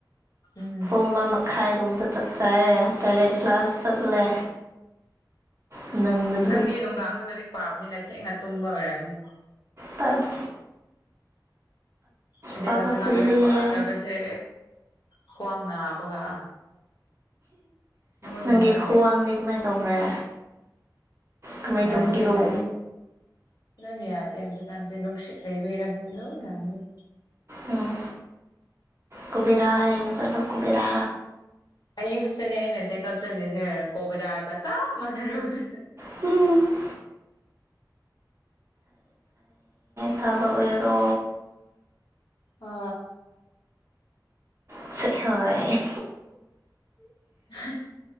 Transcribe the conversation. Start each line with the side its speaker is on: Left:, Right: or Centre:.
Left: ꯎꯝ
Right: ꯑꯃꯥ ꯃꯈꯥꯏꯒꯨꯝꯕꯗ ꯆꯥꯛ ꯆꯥꯌꯦ ꯇꯔꯦꯠ ꯀ꯭ꯂꯥꯁ ꯆꯠꯂꯦ ꯅꯪꯗꯕꯗꯨ
Left: ꯅꯪꯗꯤ ꯅꯨꯡꯗꯥꯡꯗ ꯂꯥꯔꯤꯛ ꯄꯥꯕꯅꯤꯅ ꯊꯦꯡꯅ ꯇꯨꯝꯕ ꯑꯣꯏꯔꯝꯅꯤ
Right: ꯇꯥꯗꯦ
Left: ꯑꯩꯗꯤ
Right: ꯄꯥꯕ
Left: ꯍꯧꯖꯤꯛꯀꯥꯟ
Right: ꯀꯨꯏꯔꯦ
Left: ꯂꯥꯔꯤꯛ ꯄꯥꯗꯕꯁꯦ ꯈ꯭ꯋꯥꯡ ꯅꯥꯕꯒ ꯅꯣꯏꯅ
Right: ꯅꯪꯒꯤ
Left: ꯌꯥꯗꯦ
Right: ꯈꯣꯋꯥꯡꯗꯤ ꯀꯃꯥꯏ ꯇꯧꯈ꯭ꯔꯦ ꯀꯃꯥꯏ
Left: ꯌꯥꯗꯤ
Right: ꯇꯧꯕꯒꯤꯔꯣ
Left: ꯅꯥꯏ ꯑꯗꯨꯝ ꯌꯥꯗꯦ ꯍꯧꯖꯤꯛ ꯀꯥꯟꯁꯦ ꯅꯨꯡꯁꯤꯠ ꯂꯩꯕꯒꯤꯔꯈꯪ ꯗꯨꯝ ꯅꯥꯌꯦꯕ
Right: ꯎꯝ ꯀꯨꯕꯦꯔꯥ ꯌꯦꯡꯕ ꯆꯜꯂꯣ ꯀꯨꯕ‌ꯦꯔꯥ
Left: ꯑꯌꯨꯁꯇꯅꯦ ꯑꯩꯅ ꯆꯦꯛꯀꯞ ꯆꯠꯂꯤꯁꯦ ꯀꯣꯕꯦꯔꯥꯒ ꯆꯞ ꯃꯥꯟꯅꯔꯕꯅꯦ
Right: <unintelligible> ꯊꯥꯕ ꯑꯣꯏꯔꯣ
Left: ꯍꯣ
Right: ꯁ‌ꯦ ꯍꯣꯏ
Left: <unintelligible>